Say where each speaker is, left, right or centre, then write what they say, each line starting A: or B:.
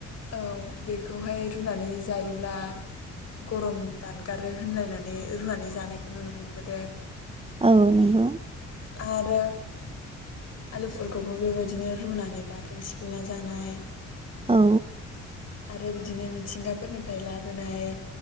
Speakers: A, on the left; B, on the right.
A: औ बेखौ हाय रुनानै जायोब्ला गरम दान गारो होनलायनानै रुनानै जानायखौ नुनो मोनबोदों।
B: औ नंगौ।
A: आरो आलु फोरखौबो बेबायदि बिदिनो रुनानै बाथोन सिफ्लेना जानाय
B: औ।
A: आरो बिदिनो मिथिंगाफोरनिफ्राय लाबोनाय